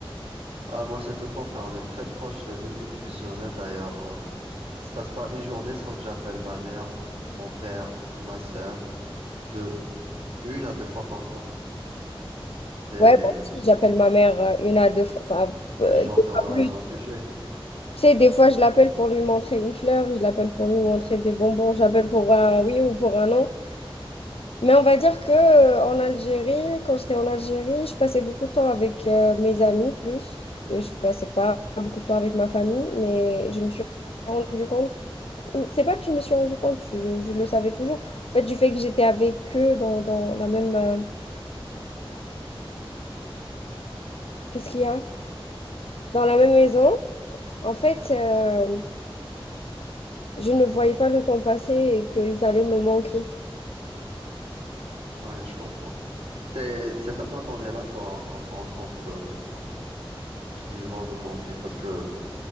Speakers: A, on the right; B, on the left.
A: Ah, moi, c'est tout le contraire. On est très proche, limite fusionnel. D'ailleurs, euh, il se passe pas une journée sans que j'appelle ma mère, mon père ou ma sœur de une à deux fois par jour. C'est,
B: Ouais, moi aussi, j'appelle ma mère euh, une à deux fois, enfin,
A: c'est
B: euh,
A: le genre
B: deux
A: de relation
B: fois plus.
A: que j'ai.
B: Tu sais, des fois, je l'appelle pour lui montrer une fleur, je l'appelle pour lui montrer des bonbons, j'appelle pour un oui ou pour un non. Mais on va dire que euh, en Algérie, quand j'étais en Algérie, je passais beaucoup de temps avec euh, mes amis plus. Euh, Je passais pas beaucoup de temps avec ma famille, mais je me suis rendu compte. C'est pas que je me suis rendu compte, je, je le savais toujours. En fait, du fait que j'étais avec eux dans, dans la même. euh, Qu'est-ce qu'il y a? Dans la même maison. En fait. euh, je ne voyais pas le temps passer et qu'ils allaient me manquer.
A: Ouais, je comprends. C'est, c'est maintenant qu'on est là qu'on qu'on se rend compte euh, qu'ils vont nous manquer. Parce que